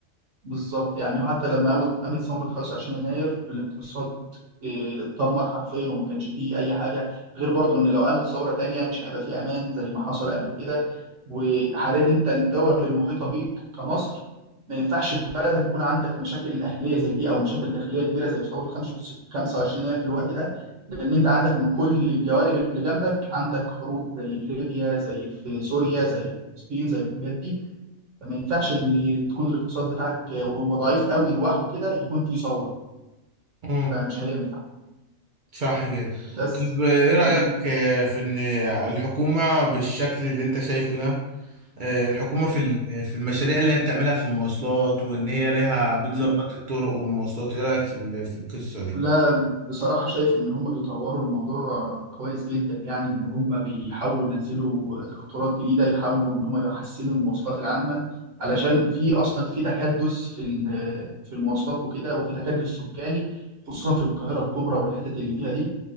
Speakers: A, on the right; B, on the right.
A: بالظبط يعني حتى لما قامت قامت ثورة 25 يناير الاقتصاد آه، اتدمر حرفيا وما كانش فيه أي حاجة غير برضو إن لو قامت ثورة تانية مش هيبقى فيه أمان زي ما حصل قبل كده وحاليا أنت الدول المحيطة بيك كمصر ما ينفعش في بلدك يكون عندك مشاكل أهلية زي دي أو مشاكل داخلية كبيرة زي ثورة 25 يناير في الوقت ده لأن أنت عندك من كل الجوانب اللي جنبك عندك حروب زي في ليبيا زي في سوريا زي في فلسطين زي في الحاجات دي فما ينفعش ان تكون الاقتصاد بتاعك وهو ضعيف قوي لوحده كده يكون فيه ثوره
B: امم
A: فمش هينفع
B: صح كده
A: بس
B: طب ايه رايك
A: مم.
B: آه، في ان الحكومه بالشكل اللي انت شايفه ده آه، الحكومة في ال- في المشاريع اللي هي بتعملها في المواصلات وإن هي لها بتظبط
A: مم.
B: الطرق والمواصلات إيه رأيك في ال- في القصة دي؟
A: لا بصراحة شايف إن هم بيطوروا الموضوع كويس جدا يعني إن هم بيحاولوا ينزلوا قطارات جديدة يحاولوا إن هم يحسنوا المواصلات العامة علشان في أصلا في تكدس في ال- في المواصلات وكده وفي تكدس سكاني خصوصا في القاهرة الكبرى والحتت اللي فيها دي